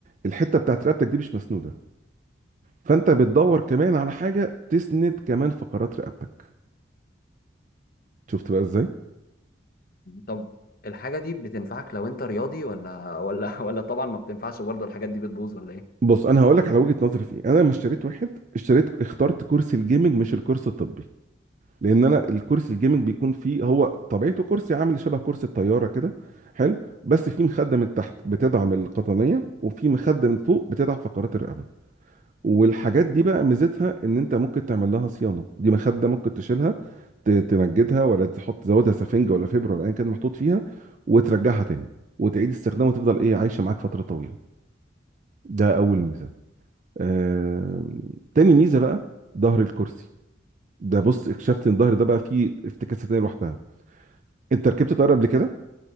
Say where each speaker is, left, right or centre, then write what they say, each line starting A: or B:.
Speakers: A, on the right; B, on the left.
A: الحتة بتاعت رقبتك دي مش مسنودة فانت بتدور كمان على حاجة تسند كمان فقرات رقبتك شفت بقى ازاي
B: طب الحاجة دي بتنفعك لو انت رياضي ولا ولا <laughs> ولا طبعا ما بتنفعش برضه الحاجات دي بتبوظ ولا ايه؟
A: بص انا هقول لك على وجهة نظري في ايه انا لما اشتريت واحد اشتريت اخترت كرسي الجيمنج مش الكرسي الطبي لان انا الكرسي الجيمنج بيكون فيه هو طبيعته كرسي عامل شبه كرسي الطياره كده حلو بس فيه مخده من تحت بتدعم القطنيه وفي مخده من فوق بتدعم فقرات الرقبه والحاجات دي بقى ميزتها ان انت ممكن تعمل لها صيانه دي مخده ممكن تشيلها ت- تمجدها ولا تحط تزودها سفنجه ولا فبره ولا ايا كان محطوط فيها وترجعها تاني وتعيد استخدامها وتفضل ايه عايشه معاك فتره طويله ده اول ميزه آم، تاني ميزه بقى ظهر الكرسي ده بص اكتشفت ان الظهر ده بقى فيه افتكاسات لوحدها انت ركبت طياره قبل كده